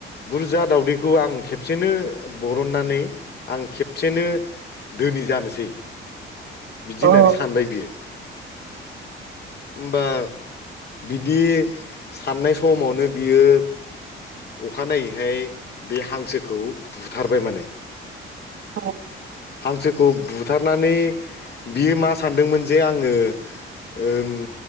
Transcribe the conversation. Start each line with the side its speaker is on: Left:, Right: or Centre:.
Left: बुरजा दावदैखौ आं खेबसेनो बरननानै आं खेबसेनो धोनि जानोसै
Right: <inaudible>
Left: बिदि
Right: औ
Left: होननानै सानबाय बियो होमबा बिदि साननाय समावनो बियो अखानायैहाय बे हांसोखौ बुथारबाय माने
Right: औ
Left: हांसो खौ बुथारनानै बियो मा सानदोंमोन जे आङो ओम